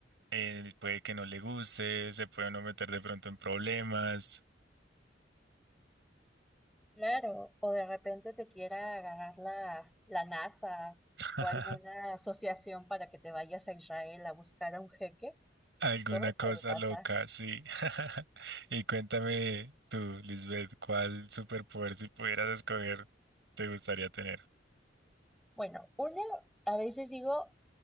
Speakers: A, on the right; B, in the centre.
A: eh, puede que no le guste, se puede uno meter de pronto en problemas.
B: Claro, o de repente te quiera agarrar la, la NASA
A: <laughs>
B: o alguna asociación para que te vayas a Israel a buscar a un jeque,
A: Alguna
B: todo
A: cosa
B: puede pasar.
A: loca, sí. <laughs> Y cuéntame tú, Lisbeth, ¿cuál superpoder si pudieras escoger te gustaría tener?
B: Bueno, uno, a veces digo